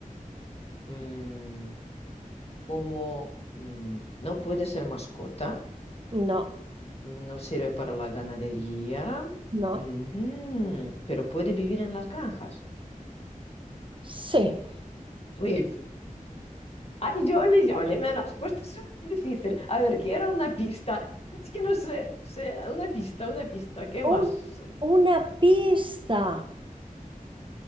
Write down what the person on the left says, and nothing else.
mm, como mm, no puede ser mascota,
no sirve para la ganadería,
ujú, pero puede vivir en las granjas.
Uy, <laughs> ay, Yoli, Yoli, me lo has puesto súper difícil. A ver, quiero una pista. Es que no sé, sé, una pista, una pista, ¿qué más?